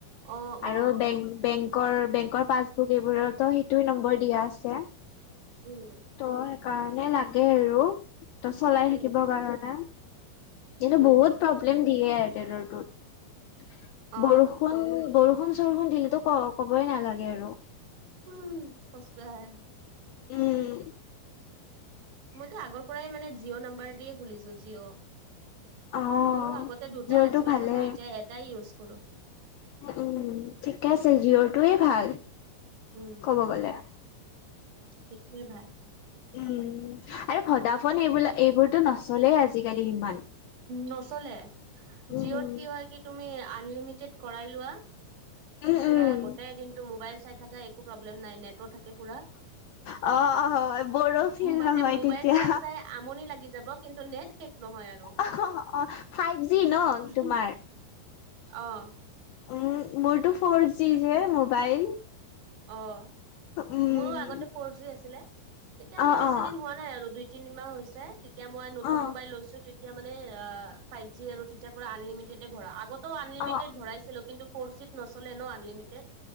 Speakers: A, on the right; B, on the left.
A: অ'। অ'।
B: আৰু বেং
A: অ'।
B: বেংকৰ -বেংকৰ পাছবুক, এইবোৰতো সেইটোই নম্বৰ দিয়া আছে।
A: উম।
B: ত' সেইকাৰণে লাগে আৰু। ত' চলাই
A: উম
B: থাকিবৰ কাৰণে। কিন্ত
A: উম
B: বহুত প্ৰব্লেম দিয়ে এয়াৰটেলৰটোত।
A: অ
B: বৰষুণ- বৰষু -ন -চৰষুণ দিলেটো ক -কবই নালাগে আৰু।
A: উম। সচাঁয়।
B: উম।
A: মইতো আগৰ পৰাই মানে জিঅ' নাম্বাৰ দিয়ে খুলিছো। জিঅ'।
B: অ
A: মোৰো আগতে দুটা
B: জিঅ'ৰটো
A: আছিলে।
B: ভালে
A: কিন্তু এতিয়া এটাই ইউজ কৰো।
B: উম। ঠিকে আছে। জিঅৰটোৱে ভাল
A: উম
B: কব গলে।
A: সেইটোৱে ভাল।
B: উম। আৰু ভদাফোন এইবিলা এইবোৰতো নচলে আজিকালি ইমান।
A: নচলে।
B: উম,
A: জিঅ'ত কি হয় কি তুমি আনলিমিটেড কৰাই লোৱা
B: উম,
A: পুৰা
B: উম।
A: গোটেই দিনটো মোবাইল চাই থাকা একো প্ৰব্লেম নাই। নেট টো থাকে পুৰা।
B: অ', হয় বড়ো ফিল
A: মানে
B: নহয়
A: মোবাইল
B: তেতিয়া।
A: চাই- চাই আমনি লাগি যাব কিন্তু নেট শেষ নহয় আৰু।
B: অ', ফাইভ জি ন'
A: <unintelligible>
B: তোমাৰ?
A: অহ।
B: উম। মোৰটো ফ'ৰ জি যে মোবাইল
A: অহ।
B: উম।
A: মোৰো আগতে ফ'ৰ জি আছিলে। তেতিয়া মানে
B: অ',
A: বেছি
B: অ',
A: দিন হোৱা নাই আৰু দুই তিনিমাহ হৈছে তেতিয়া মই নতুন
B: অ',
A: মোবাইল লৈছো তিত <inaudible> এতিয়া মানে ফাইভ জি আৰু তেতিায়াৰ পৰা আনলিমিেড ভৰাও আগতেও আনলিমিটেড
B: অ',
A: ভৰাইছিলোঁ। কিন্তু ফ'ৰ জিত নচলেনও আনলিমিটেড।